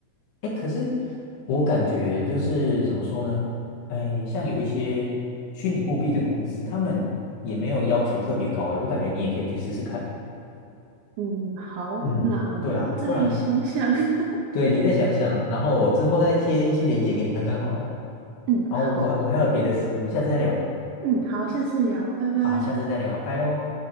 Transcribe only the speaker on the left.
哎，可是我感觉就是怎么说呢？哎，像有一些虚拟货币的公司，他们也没有要求特别高，哎，我感觉你也可以去试试看。
嗯，
对啊，不然
对你再想想，然后我之后再贴一些链接给你看看好了。
然后我我还有别的事，
我们下次再聊。
好，下次再聊，拜喽。